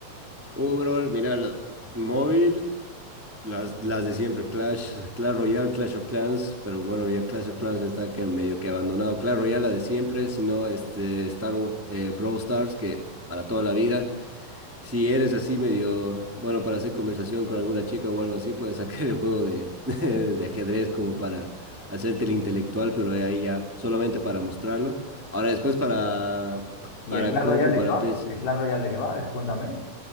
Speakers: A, in the centre; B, on the left (about 80°).
A: Uh, bro, mira, la- móvil, las, las de siempre, Clash, Clash Royale, Clash of Clans, pero bueno, ya Clash of Clans está que medio que abandonado. Clash Royale, la de siempre, sino este Star Wa- eh, Brawl Stars, que para toda la vida. Si eres así medio, bueno, para hacer conversación con alguna chica o algo así, puedes sacar el juego de, <laughs> de ajedrez como para hacerte el intelectual, pero de ahí ya, solamente para mostrarlo. Ahora después para,
B: ¿Y
A: para
B: el Clash
A: compu,
B: Royale de
A: para
B: qué va?
A: PC.
B: ¿El Clash Royale de qué va? Es- Cuéntame.